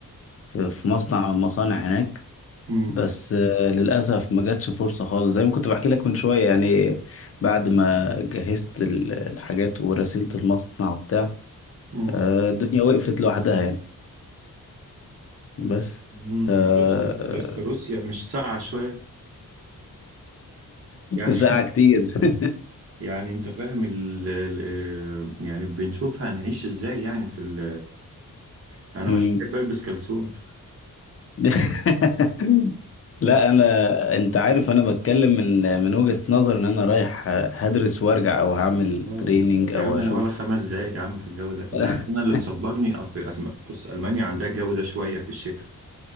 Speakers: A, on the left; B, on the right.
A: في في مصنع من المصانع هناك
B: امم
A: بس آه، للأسف ما جاتش فرصة خالص زي ما كنت بحكي لك من شوية يعني بعد ما جهزت ال- الحاجات ورسلت المصنع وبتاع
B: امم
A: آه، الدنيا وقفت لوحدها يعني بس
B: امم
A: ف- <laughs> آه،
B: بس بس روسيا مش ساقعه شويه يعني
A: ساعة كتير <laughs>
B: يعني انت فاهم ال ال- يعني بنشوف هنعيش ازاي يعني في ال يعني انا
A: مم.
B: مش بحب البس كلسون
A: <laughs> لا انا انت عارف انا بتكلم من من وجهة نظر ان انا رايح هدرس وارجع او هعمل
B: اه
A: تريننج
B: يا
A: او
B: عم انا
A: اشوف
B: ولا خمس دقايق يا عم في الجو ده
A: <laughs>
B: انت عارف انا اللي مصبرني اصل أسم- بص المانيا عندها الجو ده شويه في الشتاء